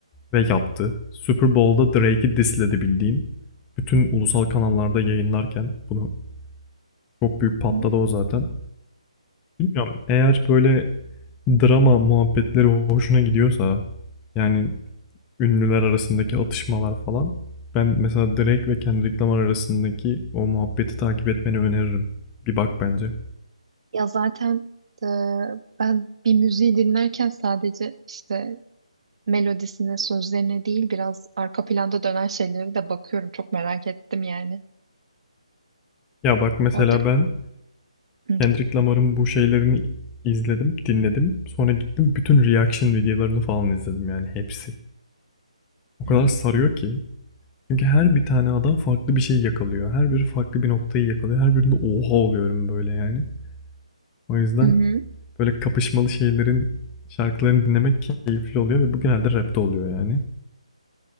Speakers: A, on the left; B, on the right.
A: Ve yaptı. Super Bowl'da Drake'i disledi bildiğin. Bütün ulusal kanallarda yayınlarken bunu çok büyük patladı
B: hı hı.
A: o zaten. Bilmiyorum eğer böyle drama muhabbetleri hoşuna gidiyorsa yani ünlüler arasındaki atışmalar falan ben mesela Drake ve Kendrick Lamar arasındaki o muhabbeti takip etmeni öneririm. Bir bak bence.
B: Ya zaten e, ben bir müziği dinlerken sadece işte melodisine, sözlerine değil biraz arka planda dönen şeylere de bakıyorum. Çok merak ettim yani.
A: Ya bak mesela
B: Orada
A: ben
B: Hı
A: Kendrick Lamar'ın bu şeylerini izledim, dinledim. Sonra gittim bütün reaction videolarını falan izledim yani hepsi. O kadar
B: hı.
A: sarıyor ki. Çünkü her bir tane adam farklı bir şey yakalıyor. Her biri farklı bir noktayı yakalıyor. Her birinde oha oluyorum böyle yani. O yüzden
B: Hı hı.
A: böyle kapışmalı şeylerin şarkılarını dinlemek keyifli oluyor ve bu genelde rapte oluyor yani.